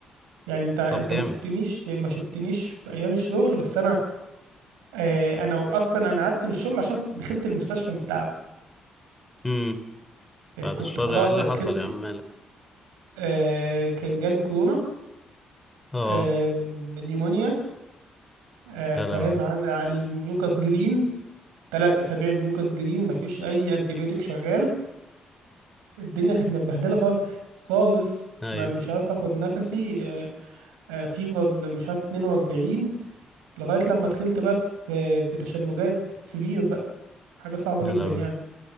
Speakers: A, on the right (about 85°); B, on the left (about 15°).
A: يعني انت انت
B: طب جامد
A: ما شفتنيش ما شفتنيش في ايام الشغل بس انا آه انا اصلا انا قعدت من الشغل عشان دخلت المستشفى من التعب
B: امم
A: يعني
B: بعد
A: كنت
B: الشر
A: خلاص
B: إيه اللي
A: دخلت
B: حصل يا عم مالك
A: آه كان جالي كورونا
B: أه
A: آه نيمونيا آه
B: يا
A: فاهم
B: لهوي
A: عن عن الميوكاس جرين ثلاث اسابيع الميوكاس جرين مفيش اي انتيبيوتيك شغال الدنيا كانت متبهدله خالص خالص
B: أيوه
A: ما مش عارف اخد نفسي آه آه فيفر مش عارف 42 لغاية لما دخلت بقى في في تشنجات سرير بقى حاجة صعبة
B: يا
A: جدا
B: لهوي
A: يعني